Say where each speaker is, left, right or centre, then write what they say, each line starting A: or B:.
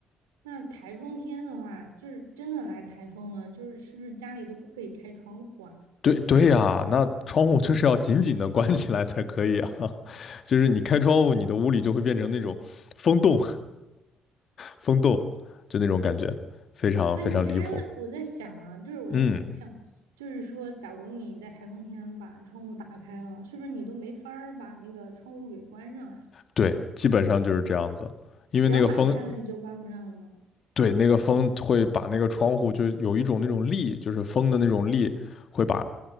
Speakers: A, on the right; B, on the left.
A: 那台风天的话，就是真的来台风了，就是是不是家里都不可以开窗户啊？
B: 对对呀，那窗户就是要紧紧的关起来才可以啊，<laughs> 就是你开窗户，你的屋里就会变成那种风洞，风洞，就那种感觉，非常非常离谱。
A: 那你开了，我在想啊，就是我在想象，
B: 嗯，
A: 就是说，假如你在台风天把窗户打开了，是不是你都没法儿把那个窗户给关上呀？
B: 对，基本上就是这样子，因为那个风，
A: 只要打开了，你就关不上了吗？
B: 对，那个风会把那个窗户就有一种那种力，就是风的那种力，会把